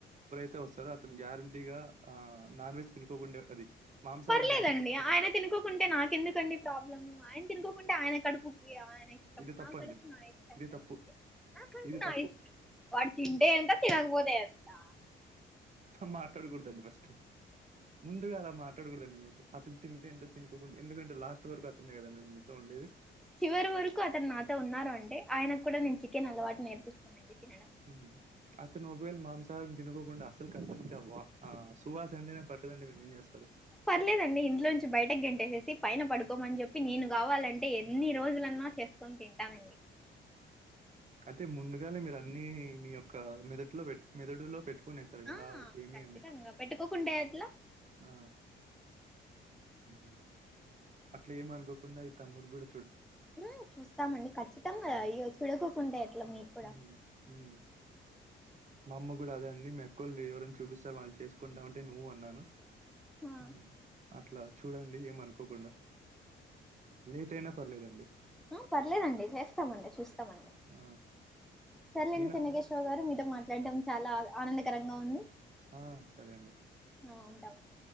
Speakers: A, on the right (about 35°); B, in the centre.
A: తే వస్తాడో అతను గ్యారంటీగా ఆ నాన్ వెజ్ తినుకోకుండే అది మాంసాహారం
B: పర్లేదండి
A: తినుకోకుండా
B: ఆయన తినుకోకుంటే నాకెందుకండి ప్రాబ్లము, ఆయన తినుకో కుంటే ఆయన కడుపుకి ఆయన ఇష్టం,
A: ఇది
B: నా
A: తప్పండి.
B: కడుపు నా ఇష్టం
A: ఇది
B: కదండి.
A: తప్పు.
B: నాక <unintelligible>
A: ఇది
B: నా
A: తప్పు.
B: ఇష్టం వాడు తింటే ఎంత తినగబోదే ఎంతా
A: మాటాడగూడదండి ఫస్టు ముందుగా అలా మాట్లాడగూడదండి మీరు అతన్ తింటే ఎంత తినకోకుండి ఎందుకంటె లాస్ట్ వరకు అతనే గదండి మీతో ఉండేది
B: చివరి వరకూ అతన్నాతో ఉన్నారు అంటే ఆయనక్కుడా నేన్ చికెనలవాటు నేర్పిస్తానండి తిన
A: <unintelligible> అతను ఒకవేళ మాంసాహారం తినుకోకుండా అసల్ కతనికి ఆ వా ఆ సువాసంటేనే పట్టదంటె మీరేం జేస్తరు
B: పర్లేదండి ఇంట్లోంచి బయటగెంటేసేసి పైన పడుకొమ్మన్ జెప్ ప్పి నేను గావాలంటే యెన్ని రోజులన్నా చేసుకొన్ తింటానండి
A: అతే ముందుగానే మీరన్నీ మీ యొక్కా మెదట్లో బెట్ మెదడులో పెట్టు కునే సారు యెలా
B: ఆ
A: ఏమి
B: ఖచ్చితంగా
A: అని
B: పెట్టుకోకుంటే ఎట్లా
A: ఆ ఊ అట్లేమనుకోకుండా ఈ తమ్ముడుగ్గూడ
B: ఊ చూస్తామండి ఖచ్చితంగా
A: ఆ,
B: అయ్యో చుడకోకుంటే ఎట్ల మీక్కుడా
A: మ్మ్,
B: అ
A: మ్మ్. మా అమ్మ గూడా అదే అండి మీ అక్కోల్లేవరిన్ చూపిస్తె వాళ్ళిని చేసుకుంటామంటే నువ్వూ అన్నాను
B: హా
A: ఆ, అట్లా చూడండి యేమనుకోకుండా లేటయినా పర్లేదండి
B: ఆ పర్లేదండి చేస్తమండి చూస్తమండి
A: ఆ!
B: సర్లేండి
A: నేనా
B: చెన్నకేశవ గారు మీతో మాట్లాడ్డం చాలా ఆనందకరంగా ఉంది
A: ఆ సరే అండి
B: ఆ ఉంటామండి